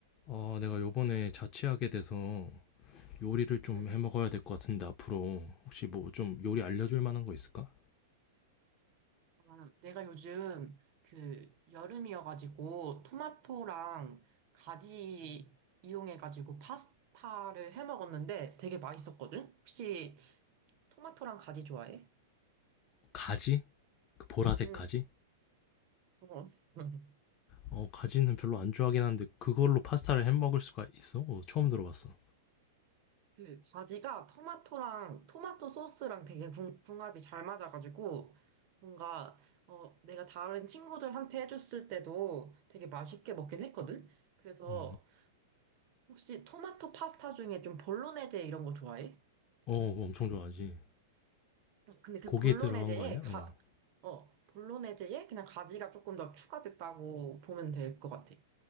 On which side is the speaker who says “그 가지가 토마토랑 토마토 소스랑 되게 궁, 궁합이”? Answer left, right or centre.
Right